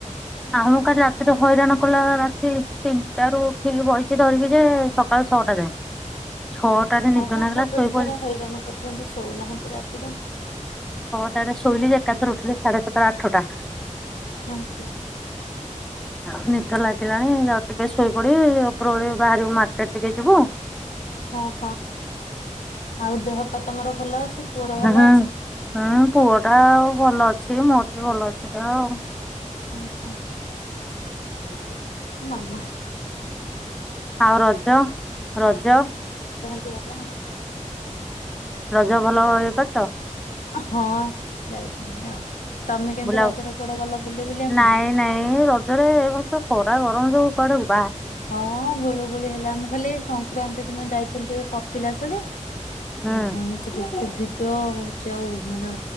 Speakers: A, in the centre; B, on the left.
A: ନାମ କାଲି ରାତିରେ ହଇରାଣ କଲା ରା ସେ ତିନଟାରୁ ଉ ଠିକ ବଇଛି ଧରିକି ଯେ, ସକାଳ ଛଅଟା ଯାଏ। ଛଅଟାରେ ନିଦ
B: ହଁ ହଁ
A: ନାଗିଲା
B: ଛୋଟ
A: ଶୋଇପଡିଲି
B: ଛୁଆହେରା ହଇରାଣ କରୁଛନ୍ତି ଶୋଉନାହାନ୍ତି ରାତିରେ।
A: ତା ରେ ଶୋଇଲି ଯେ ଏକାଥରେ ଉଠିଲି ସାଢେ ସାତଟା ଆଠଟା।
B: ହଁ ହଁ
A: ହଁ ନିଦ ଲାଗିଲାଣି ଯାଉଛି ଟିକେ ଶୋଇପଡିବି ଉପରବେଳି ବାହାରିବୁ ମାର୍କେଟ ଟିକେ ଯିବୁ ଆଉ।
B: ହଁ ହଁ ଆଉ ଦେହ ପା ତମର ଭଲ ଅଛି? ପୁଅର ଭଲ
A: ହୁଁ
B: ଅଛି?
A: ହୁଁ ପୁଅ ଟା ଆଉ ଭଲ ଅଛି, ମୋରବି ଭଲ ଅଛି ଦେହ ଆଉ।
B: ହଁ ହଁ ନା ନା।
A: ଆଉ ରଜ ରଜ।
B: ହେଲା।
A: ରଜ ଭଲରେ ଏକରିଛ।
B: ହଁ ଯାଇଥିନ୍ତି ଆଉ। ତମେ କେମିତି
A: ବୁଲାଅ
B: ରଜରେ କୁଆଡେ ଗଲ ବୁଲି ବୁଲିବା ପାଇଁ?
A: ନାଇଁ ନାଇଁ ରଜରେ ଏ ବର୍ଷ ଖରା ଗର କଣ ସବୁ କରିବୁ?
B: ହଁ ଗୁଳୁଗୁଳି ହେଲା ମୁଁ ଖାଲି ଏ ସଂକ୍ରାନ୍ତି ଦିନ ଯାଇ ଫୁଣଟିକେ କପିିଲାସ ଯେ।
A: ହୁଁ
B: ମୋ ଭଉଣୀକୁ ଯେତେ ଫିଟ ଡ ହଉଛି ଆଉ ମାନେ